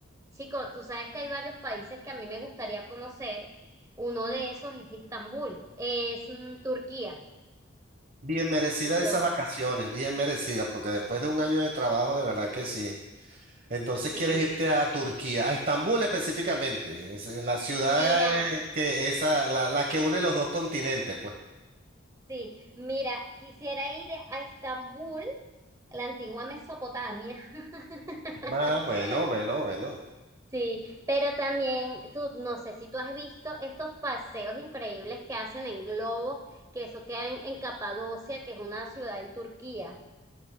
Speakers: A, on the right (about 15°); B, on the right (about 45°).
A: chico, tú sabes que hay varios países que a mí me gustaría conocer. Uno de esos es Estambul, es mm, Turquía.
B: bien merecida
A: Yo,
B: esas
A: <laughs>
B: vacaciones, bien merecida porque después de un año de trabajo, de verdad que sí. Entonces,
A: sí.
B: ¿quieres irte a Turquía, a Estambul específicamente? Es eh, la ciudad
A: Mira,
B: eh, que esa, la, la que une los dos continentes, pues.
A: sí, mira, quisiera ir a Estambul, la antigua Mesopotamia. <laughs>
B: Ah, bueno, bueno, bueno.
A: Sí, pero también tú, no sé si tú has visto estos paseos increíbles que hacen en globo, que eso queda en, en Capadocia, que es una ciudad en Turquía.